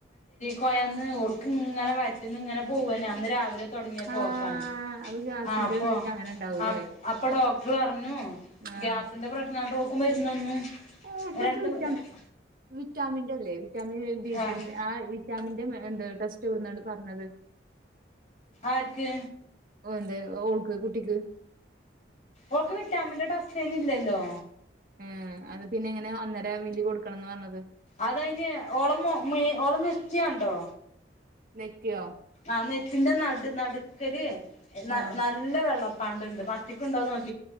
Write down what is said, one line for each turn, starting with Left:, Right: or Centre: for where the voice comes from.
Left: പോയ അന്ന് ഓൾക്ക് ഇങ്ങനെ വയറ്റ്ന്ന് ഇങ്ങനെ പോവന്നെ അന്ന് രാവിലെ തുടങ്ങിയ പോക്കണ്
Right: ആഹ് അത് ഗ്യാസിന്റെ
Left: ആ അപ്പൊ
Right: ഉണ്ടെങ്കി
Left: അ
Right: അങ്ങനെ ഉണ്ടാവൂല്ലേ
Left: അപ് അപ്പൊ ഡോ ർ പറഞ്ഞു
Right: ആഹ്
Left: ഗ്യാസിന്റെ പ്രശ്ന ഓൾക്ക് മരുന്ന് തന്ന്
Right: ഓഹ് ഇബൾക്ക്
Left: രണ്ട് <unintelligible>
Right: വിറ്റാ വിറ്റാമിന്റെ അല്ലേ വിറ്റാമിൻ ഡി
Left: ആഹ്
Right: ത്രീ ൻ്റെ ആ വിറ്റാമിന്റെ എന്ത് ടെസ്റ്റ് എവിടുന്നാണ് പർനത്.
Left: ആർക്ക്
Right: ഓ എന്ത് ഓൾക്ക് കുട്ടിക്ക്?
Left: ഓൾക്ക് വിറ്റാമിൻ്റെ ഡസ്ഥേൻ ഇല്ലല്ലോ?
Right: ഉം അത് പിന്നെ എങ്ങനെ ഒന്നര മില്ലി കൊടുക്കണംന്ന് പർനത്.
Left: അതയിന് ഓള് മു മീ ഓളെ നെറ്റ്യണ്ടോ?
Right: നെറ്റിയോ?
Left: ആ നെറ്റിന്റെ നടു നടുക്കല് ന
Right: ആഹ്
Left: നല്ല വെള്ള പാണ്ട്ണ്ട് വത്തിക്ക്ണ്ടോ നോ